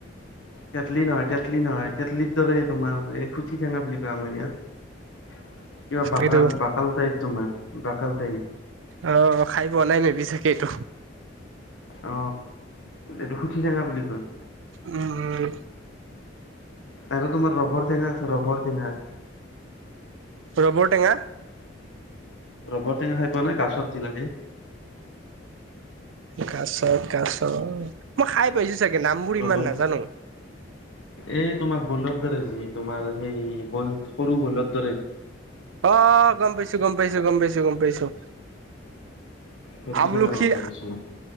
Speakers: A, on the left; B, on the right.
A: তেতছলি নহয় তেতেলি নহয়। তেতেলিৰ দৰে তোমাৰ এই কি টেঙা বুলি কৈ আমাৰ ইয়াত? কিব বকাল
B: এইটো
A: বকাল তাইপ তমাৰ দাকাল তাই
B: অ' খাই পোৱা নাই নে? ভাবি চাকেই এইটো
A: অ এইটো সুঠি টৈঙা বুলি কয়।
B: উম উ
A: আৰু তোমাৰ ৰবৰ টেঙা আছে ৰবৰ টেঙা আ
B: ৰবৰ টেঙা?
A: ৰবৰ টঙা খাই পোৱা নাই গছত যি লাগে?
B: কাছ, কাছ। মই খাই পাইছোঁ চাগে নামবোৰ
A: ৰবৰ
B: ইমান নাজানো
A: এই তোমাৰ বলত দৰ্জী, তোমাৰ সেই, সৰু বলত
B: অ', গম পাইছোঁ, গম পাইছোঁ, গম পাইছোঁ, গম পাইছোঁ।
A: ভেটি
B: আমলখি,
A: টেঙাৰ কথা কৈছো মই